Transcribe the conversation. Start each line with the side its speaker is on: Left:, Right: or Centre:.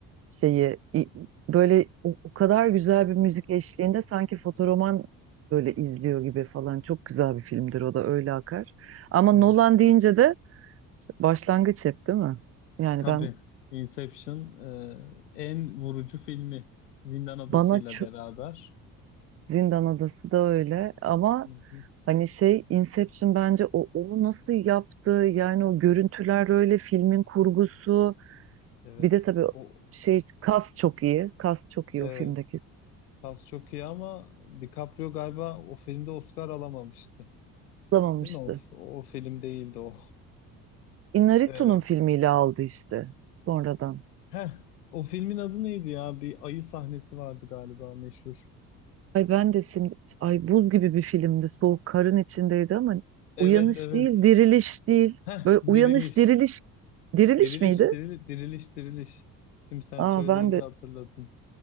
Right: şeyi i- böyle o, o kadar güzel bir müzik eşliğinde sanki fotoroman böyle izliyor gibi falan. Çok güzel bir filmdir o da öyle akar. Ama
Left: Evet,
Right: Nolan deyince de işte başlangıç hep değil mi? Yani
Left: tabii
Right: ben
Left: Inception e, en vurucu filmi Zindan Adası'yla
Right: bana ço-
Left: beraber.
Right: Zindan Adası da öyle ama
Left: Hı hı.
Right: hani şey Inception bence o onu nasıl yaptı yani o görüntüler öyle filmin kurgusu
Left: Evet.
Right: bir de tabii
Left: O
Right: şey kas çok iyi kas çok
Left: evet.
Right: iyi o filmdeki
Left: Kas çok iyi ama DiCaprio galiba o filmde Oscar alamamıştı.
Right: tutulamamıştı.
Left: Değil mi? O, o film değildi o. <laughs>
Right: Inarritu'nun
Left: Ee,
Right: filmiyle aldı işte sonradan.
Left: heh, o filmin adı neydi ya? Bir ayı sahnesi vardı galiba meşhur.
Right: Ay ben de şimdi ay buz gibi bir filmdi soğuk karın içindeydi ama
Left: Evet
Right: uyanış
Left: evet.
Right: değil diriliş değil
Left: Heh,
Right: böyle
Left: diriliş.
Right: uyanış diriliş diriliş
Left: Diriliş,
Right: miydi?
Left: diril, diriliş, diriliş. Şimdi sen
Right: Aa
Left: söyleyince
Right: ben de
Left: hatırladım.